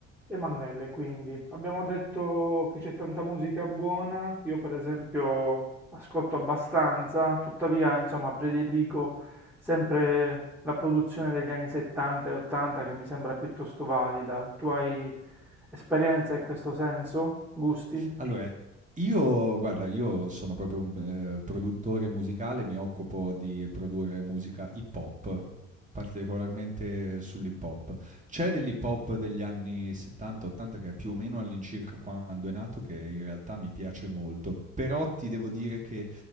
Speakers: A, in the centre; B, on the right (about 20°).
A: Emanuele, quindi abbiamo detto che c'è tanta musica buona, io per esempio ascolto abbastanza, tuttavia insomma prediligo sempre la produzione degli anni 70 e 80 che mi sembra piuttosto valida. Tu hai esperienza in questo senso? Gusti?
B: Allora, io guarda, io sono proprio un, ehm, produttore musicale, mi occupo di produrre musica hip hop, particolarmente sull'hip hop. C'è dell'hip hop degli anni 70, 80 che è più o meno all'incirca quando è nato, che in realtà mi piace molto, però ti devo dire che